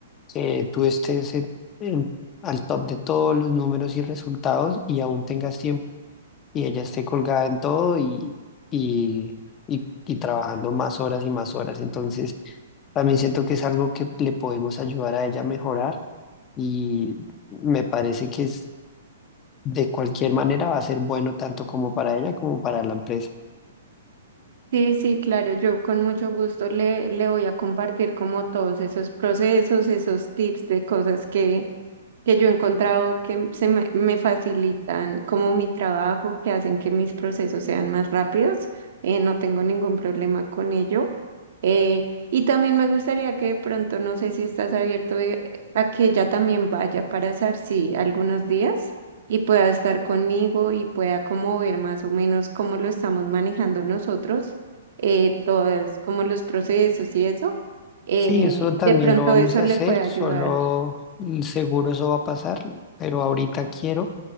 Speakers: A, on the left; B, on the right.
A: que tú estés en- en- al top de todos los números y resultados y aún tengas tiempo y ella esté colgada en todo y, y, y, y trabajando más horas y más horas. Entonces, también siento que es algo que le podemos ayudar a ella a mejorar y me parece que es, de cualquier manera va a ser bueno tanto como para ella como para la empresa.
B: Sí, sí, claro, yo con mucho gusto le, le voy a compartir como todos esos procesos, esos tips de cosas que que yo he encontrado que se me, me facilitan como mi trabajo, que hacen que mis procesos sean más rápidos. eh, no tengo ningún problema con ello. Eh, y también me gustaría que de pronto, no sé si estás abierto de- a que ella también vaya para Sarsi algunos días y pueda estar conmigo y pueda como ver más o menos cómo lo estamos manejando nosotros, eh, todos como los procesos y eso. Eh,
A: Sí, eso también
B: de pronto
A: lo vamos
B: eso
A: a
B: le
A: hacer,
B: puede
A: solo
B: ayudar.
A: mm, seguro eso va a pasar, pero ahorita quiero